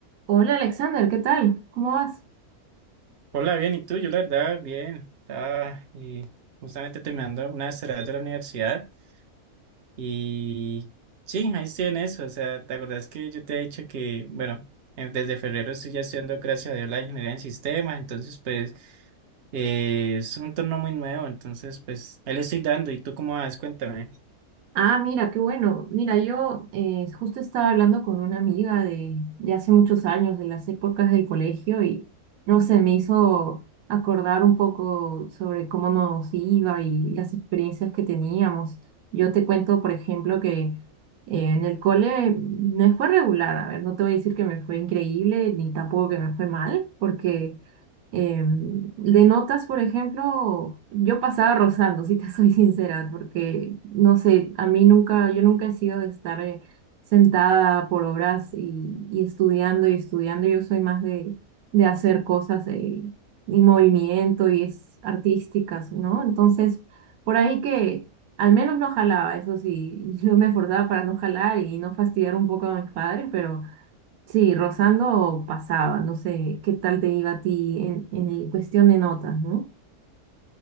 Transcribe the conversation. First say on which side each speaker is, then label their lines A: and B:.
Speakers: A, on the right; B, on the right.
A: Hola Alexander, ¿qué tal? ¿Cómo vas?
B: Hola, bien, ¿y tú? Yo la verdad, bien. Estaba eh, justamente terminando una tarea de la universidad y sí, ahí estoy en eso. O sea, ¿te acordás que yo te he dicho que, bueno, eh, desde febrero estoy ya estudiando, gracias a Dios, la ingeniería en sistemas, entonces pues eh, es un entorno muy nuevo, entonces pues ahí le estoy dando. ¿Y tú cómo vas? Cuéntame.
A: Ah, mira, qué bueno. Mira, yo eh, justo estaba hablando con una amiga de, de hace muchos años, de las épocas del colegio, y no sé, me hizo acordar un poco sobre cómo nos iba y las experiencias que teníamos. Yo te cuento, por ejemplo, que eh, en el cole me fue regular. A ver, no te voy a decir que me fue increíble, ni tampoco que me fue mal, porque Eh, de notas, por ejemplo, yo pasaba rozando, si te <laughs> soy sincera, porque no sé, a mí nunca, yo nunca he sido de estar eh, sentada por horas y, y estudiando y estudiando. Yo soy más de, de hacer cosas eh, y movimiento y es artísticas, ¿no? Entonces, por ahí que al menos no jalaba, eso sí, <laughs> yo me esforzaba para no jalar y no fastidiar un poco a mis padres, pero. Sí, rozando pasaba, no sé qué tal te iba a ti en, en el- cuestión de notas, ¿no?